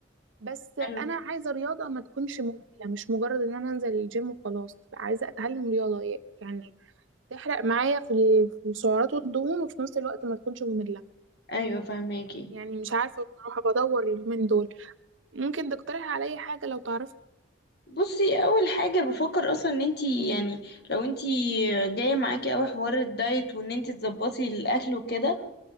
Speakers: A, on the right; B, on the left.
A: بس انا
B: حلو
A: عايزه رياضه ما تكونش ممله مش مجرد ان انا انزل الجيم وخلاص لا، عايزه اتعلم رياضه يعني تحرق معايا في ال- في السعرات والدهون وفي نفس الوقت ما تكونش ممله
B: ايوه فهماكي
A: يعني مش عارفه بصراحه بدور اليومين دول ممكن تقترح عليا حاجه لو تعرف
B: بصي اول حاجه بفكر اصلا ان انتي يعني لو انتي جايه معاكي اوي حوار الدايت وان انتي تظبطي الاكل وكده